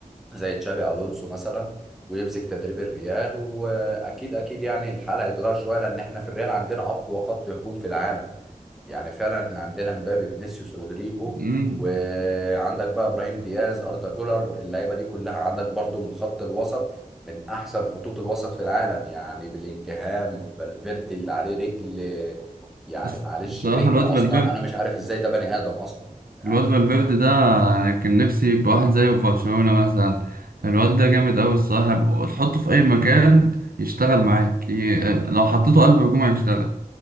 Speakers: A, in the centre; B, on the right.
A: زي تشابي الونسو مثلا ويمسك تدريب الريال واكيد اكيد يعني الحال هيتغير شويه لان احنا في الريال عندنا اقوى خط هجوم في العالم يعني فعلا احنا عندنا مبابي فينيسيوس رودريجو
B: مم.
A: وعندك بقى ابراهيم دياز اردا جولر اللعيبه دي كلها عندك برضو من خط الوسط من احسن خطوط الوسط في العالم يعني بلينجهام فالفيردي اللي عليه رجل يعني
B: بس
A: معلش
B: بصراحة
A: رجل
B: الواد
A: اصلا
B: فالفيردي
A: انا مش عارف ازاي ده بني ادم اصلا يعني
B: الواد فالفيردي ده كان نفسي يبقى واحد زيه في برشلونة مثلا الواد ده جامد أوي الصراحة تحطه في أي مكان يشتغل معاك ي... لو حطيته قلب هجوم هيشتغل